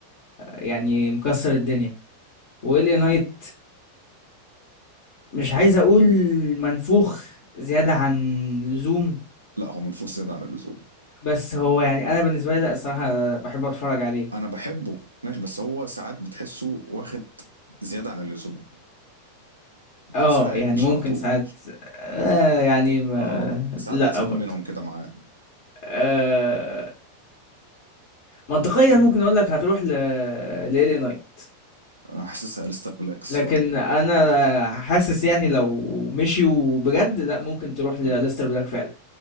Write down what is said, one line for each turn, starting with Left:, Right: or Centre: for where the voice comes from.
Left: يعني مكسّر الدنيا، وLA Knight مش عايز اقول منفوخ زيادة عن اللزوم
Right: لا هو منفوخ زيادة عن اللزوم
Left: بس هو يعني انا بالنسبة لي لا الصراحة بحب اتفرج عليه
Right: أنا بحبه ماشي بس هو ساعات بتحسه واخد زيادة عن اللزوم
Left: اه
Right: ساعات
Left: يعني
Right: مش
Left: ممكن
Right: على طول
Left: ساعات آه يعني ما
Right: اه ساعات
Left: لا
Right: بتهب
Left: برضه
Right: منهم كده معاه
Left: آه منطقيا ممكن اقول لك هتروح ل لالي نايت
Right: أنا حاسسها أليستر بلاك الصراحة
Left: لكن انا حاسس يعني لو مشيوا بجد لا ممكن تروح
Right: آه.
Left: لاليستر بلاك فعلا